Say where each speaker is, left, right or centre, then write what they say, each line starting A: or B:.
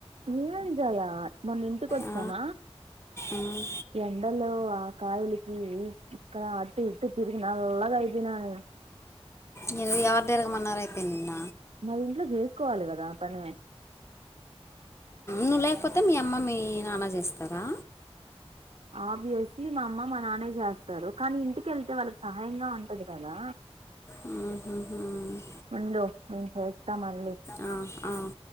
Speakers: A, on the right; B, on the left.
A: ఏమంజాయా మొన్న ఇంటికిచ్చానా
B: ఆ, ఉమ్.
A: ఎండలు కాయలికి ఇక్కడ అటు ఇటు తిరిగి నల్లగా అయిపోనాను
B: నరు ఎవరి దరకమన్నార అయితే నిన్న
A: మది ఇంట్లో చేసుకోవాలి కదా ఆ పనే
B: నువ్వు లేకపోతే మీ అమ్మ మీ నానా చేస్తారా
A: ఆబ్వియస్లీ మా అమ్మ మా నాన్న చేస్తారు కానీ ఇంటికిళ్తే వాళ్ళకి సహాయంగా ఉంటది కదా
B: ఆహ
A: ఉండు మేం చేస్తాం మళ్ళీ
B: ఆ, ఆ.